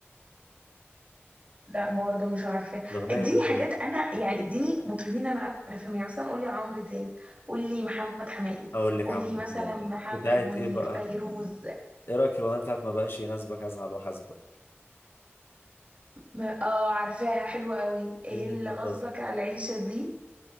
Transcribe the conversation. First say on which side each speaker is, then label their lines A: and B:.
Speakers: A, on the right; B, on the left.
A: لا برضو مش عارفه
B: الأغنية
A: اديني
B: دي جامدة
A: حاجات انا يعني اديني مطربين انا عارفاهم يعني مثلا قولي عمرو دياب قولي محمد حماقي
B: أقول لك
A: قولي
B: عم
A: مثلا
B: يعني
A: محمد
B: بتاعت
A: منير
B: إيه بقى
A: فيروز
B: إيه رأيك في الأغنية بتاعت ما بقاش يناسبك أزعل وأحاسبك
A: ما- اه عارفاها حلوة قوي ايه
B: إيه اللي
A: اللي غصبك
B: غصب
A: على العيشة دي